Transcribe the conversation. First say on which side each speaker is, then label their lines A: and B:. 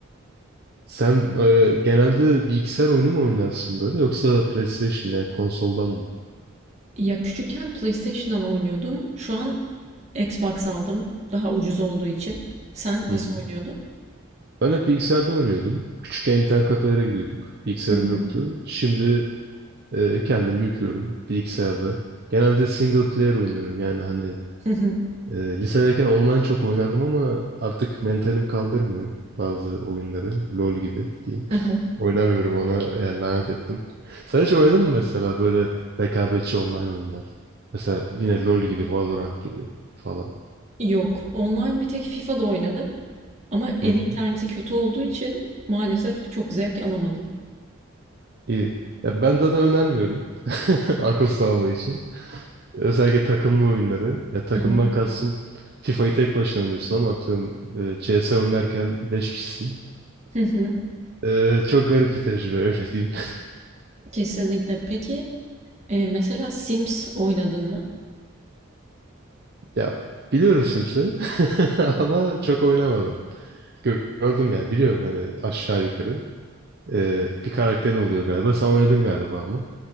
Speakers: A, on the right (about 50°); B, on the right (about 30°).
A: Sen e, genelde bilgisayar oyunu mu oynarsın böyle yoksa PlayStation yani konsoldan mı?
B: Ya küçükken PlayStation'dan oynuyordum. Şu an Xbox aldım. Daha ucuz olduğu için. Sen
A: Hı
B: nasıl
A: hı.
B: oynuyordun?
A: Ben hep bilgisayarda oynuyordum. Küçükken internet kafelere gidiyorduk. Bilgisayarım
B: Hı
A: yoktu.
B: hı.
A: Şimdi e, kendim yüklüyorum bilgisayarda. Genelde single player oynuyorum yani hani
B: Hı hı.
A: Ee, lisedeyken online çok oynardım ama artık mentalim kaldırmıyor bazı oyunları. LoL gibi diyeyim.
B: Hı hı.
A: <laughs> Oynamıyorum ona yani lanet ettim. Sen hiç oynadın mı mesela böyle rekabetçi online oyunlar? Mesela yine LoL gibi, Valorant gibi falan.
B: Yok. Online bir tek FIFA'da oynadım. Ama ev
A: Hı hı.
B: interneti kötü olduğu için maalesef çok zevk alamadım.
A: İyi. Ya ben zaten önermiyorum <laughs> akıl sağlığı için. Özellikle takımlı oyunları. Ya takımdan
B: Hı hı.
A: kastım FIFA'yı tek başına oynuyorsun ama atıyorum e, CS oynarken 5 kişisin.
B: Hı hı.
A: E, çok garip bir tecrübe öyle diyeyim.
B: Kesinlikle. Peki e, mesela Sims oynadın mı?
A: Ya biliyorum Sims'i <laughs> ama çok oynamadım. Gö- Gördüm yani biliyorum hani aşağı yukarı. Ee, bir karakterin oluyor galiba. Sen oynadın galiba ama.